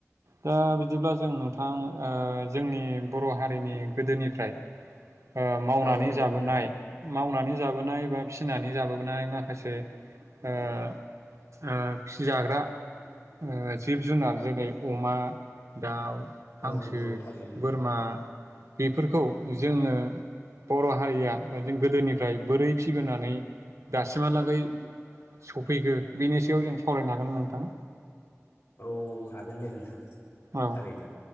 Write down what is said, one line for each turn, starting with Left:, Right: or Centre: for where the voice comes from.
Right: दा बिदिब्ला जों नोंथां ओ जोंनि बर' हारिनि गोदोनिफ्राय ओ मावनानै
Left: औ नंगौ
Right: जाबोनाय
Left: नोंथां
Right: मावनानै जाबोनाय बा फिनानै जाबोनाय माखासे ओ ओ फिजाग्रा ओ जिब जुनार जेरै अमा, दाउ
Left: औ
Right: हांसो
Left: नंगौ थारैनो नोंथां
Right: बोरमा बेफोरखौ जोङो बर' हारिया जों गोदोनिफ्राय बोरै फिबोनानै दासिमहालागै सफैखो बेनि सायाव जों सावरायनो हागोनना नोंथां?
Left: औ हागोन दे नोंथां।
Right: औ
Left: थारैनो